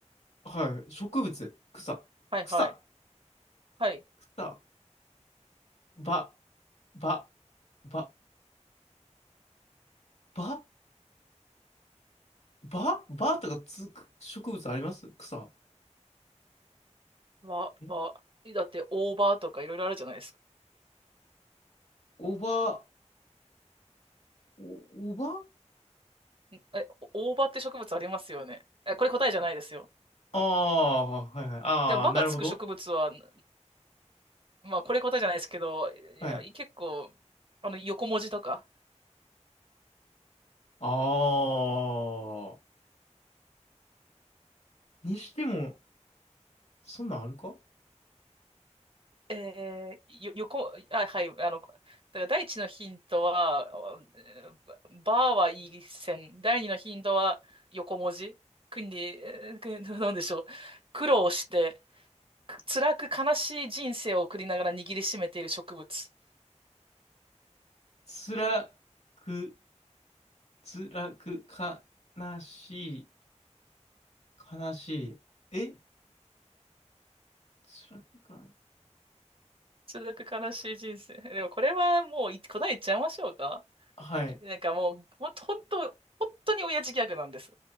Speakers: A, on the left (about 60°); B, on the right (about 50°).
A: はい。植物、草、
B: はいはい。
A: 草、
B: はい。
A: 草、ば、ば、ば、ば、ば、ばとかつく植物あります草。
B: わ、
A: え、
B: ば、えだって大葉とかいろいろあるじゃないですか。
A: おば、お、おば
B: え、大葉って植物ありますよね。え、これ答えじゃないですよ。
A: ああ、はいはい。ああ、
B: でも、ばがつく植物は、
A: なるほど。
B: んまあ、これ答えじゃないですけど、いや、
A: はい。
B: い結構、あの、横文字とか。
A: ああ。にしても、そんなんあるか
B: えー、よ、横、あ、はい、あの、だから第一のヒントは、えーばはいい線。第二のヒントは横文字。国に、えーくなんでしょう。苦労して、く辛く悲しい人生を送りながら握りしめている植物。
A: 辛く、辛く、悲しい、悲しい。え辛くか、
B: 続く悲しい人生。<laughs> でもこれはもうい答え言っちゃいましょうか。
A: はい、
B: なんかもう、ほんと、ほんと本当に親父ギャグなんです。